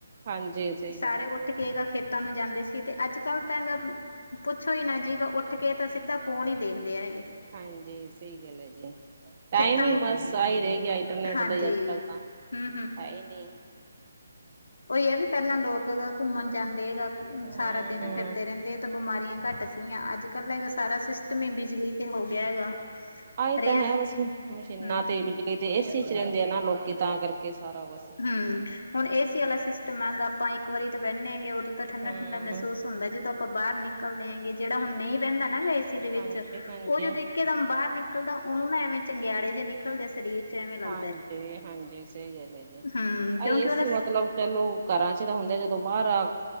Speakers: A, on the right; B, on the left.
A: ਹਾਂਜੀ ਸਹੀ
B: ਸਾਰੇ
A: ਗੱਲ ਹੈ ਜੀ
B: ਉੱਠ ਕੇ ਗਾ ਖੇਤ ਤਾਂ ਨੂੰ ਜਾਂਦੇ ਸੀ ਤੇ ਅੱਜ ਕਲ ਤਾਂ ਐਂ ਗਾ ਪੁੱਛੋ ਈ ਨਾ ਜੀਗਾ, ਉੱਠ ਕੇ ਤਾਂ ਸਿੱਧਾ ਫੋਨ ਹੀ ਦੇਖਦੇ ਐਗੇ।
A: ਹਾਂਜੀ, ਸਹੀ ਗੱਲ ਐਂ ਜੀ। ਟਾਈਮ
B: ਖੇਤਾਂ
A: ਹੀ
B: ਨੂੰ
A: ਬਸ ਆਈ ਰਹਿ ਗਿਆ ਇੰਟਰਨੈਟ
B: ਹਾਂਜੀ
A: ਦਾ ਹੀ ਅੱਜ ਕੱਲ ਤਾਂ।
B: ਹੂੰ
A: ਹੈ ਈ ਨੀ।
B: ਓਹੀ ਆ ਵੀ ਪਹਿਲਾਂ ਲੋਕ ਘੁੰਮਣ ਜਾਂਦੇ
A: ਹੂੰ
B: ਸਾਰਾ ਦਿਨ। ਫਿਰਦੇ ਰਹਿੰਦੇ ਤਾਂ ਬਿਮਾਰੀਆਂ ਘੱਟ ਸੀਗੀਆਂ ਅੱਜ ਕੱਲ੍ਹ ਹੈਗਾ ਸਾਰਾ ਸਿਸਟਮ ਹੀ ਬਿਜਲੀ ਤੇ ਹੋ ਗਿਆ ਹੈਗਾ।
A: ਆਏ
B: ਰਿਹਾ
A: ਤਾਂ ਹੈ ਬਸ ਮਸ਼ੀਨਾਂ
B: ਹਮ
A: ਤੇ ਬਿਜਲੀ ਤੇ ਏ -ਸੀ ਚ ਰਹਿੰਦੇ ਆ ਨਾ ਲੋਕੀ ਤਾਂ ਕਰਕੇ ਸਾਰਾ ਬਸ।
B: ਹਮ ਹੁਣ ਏ ਸੀ ਵਾਲਾ ਸਿਸਟਮ ਹੈਗਾ ਆਪਾਂ ਇੱਕ ਵਾਰੀ ਤੇ ਬਹਿਨੇ ਗੇ ਉਦੇ। ਤਾਂ ਠੰਡਾ
A: ਹੂੰ
B: -ਠੰਡਾ ਮਹਿਸੂਸ ਹੁੰਦਾ ਜਦੋਂ ਆਪਾਂ ਬਾਹਰ ਨਿਕਲਦੇ ਹੈਗੇ। ਕੇੜਾ ਹੁਣ ਨਹੀਂ ਬਹਿੰਦਾ ਨਾ ਗਾ ਫੇਰ ਏੇ-ਸੀ ਵਿੱਚ
A: ਹਾਂਜੀ ਹਾਂਜੀ
B: ਉਹ ਜਦੋਂ। ਇੱਕਦਮ ਬਾਹਰ ਨਿਕਲਦਾ ਉਹਨੂੰ ਨਾ ਐਵੇਂ ਚੰਗਿਆੜੇ ਜਿਹੇ ਨਿਕਲਦੇ ਸਰੀਰ। ਚ ਐਵੇਂ ਲੱਗਦਾ
A: ਹਾਂਜੀ- ਹਾਂਜੀ ਸਹੀ ਗੱਲ ਹੈ ਜੀ
B: ਹਮ ਕਿਉਂਕਿ
A: ਆ ਏ-ਸੀ
B: ਉਹਦਾ
A: ਮਤਲਬ ਚਲੋ ਘਰਾਂ ਚ ਤਾ ਹੁੰਦੇ ਆ ਜਦੋਂ ਆ ਬਾਰ ਆ।